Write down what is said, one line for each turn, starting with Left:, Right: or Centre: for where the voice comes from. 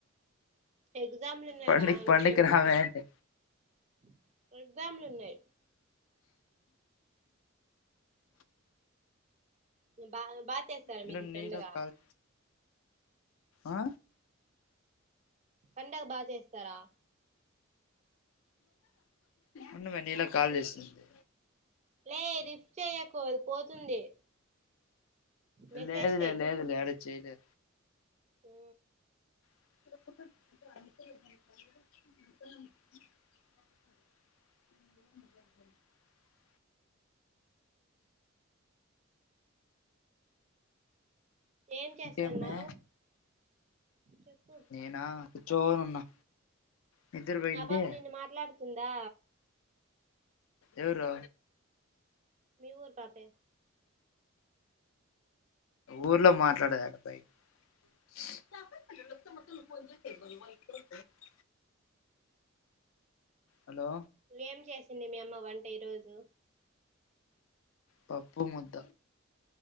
Right: ఎగ్జామ్లు ఉన్నాయి
Left: పండక్కి
Right: రా అందుకే
Left: పండక్కి
Right: ఇంటికూడాపో
Left: రావే అంటే
Right: <unintelligible> ఎగ్జామ్ లున్నాయి. బా బాగా చేస్తారా,
Left: ఉండు
Right: మీరి ఈ
Left: నీలా
Right: పండుగ.
Left: కాల్ ఆ
Right: పండగ బాచేస్తారా
Left: ఉండుమే నీలా కాల్ చేసింది
Right: లే రిఫ్ చెయకు ఆది పోతుంది మెసేజ్
Left: లేదులే లేదులే యడ చైలా
Right: హు
Left: <inaudible> <inaudible>
Right: ఏం చేస్తన్నావ్
Left: ఇంకేమె
Right: చెప్పు
Left: నేనా కూర్చోనున్నా నిద్దర పోయింటి
Right: ఆ పాప నిన్ను మాట్లాడుతుందా
Left: ఎవరు
Right: మీ ఊరు పాపే
Left: ఊర్లో మాట్లాడేది కాదు అబ్బాయ్ <unintelligible> హలో
Right: ఏం చేసింది మీ అమ్మ వంట ఈ రోజు
Left: పప్పు ముద్ద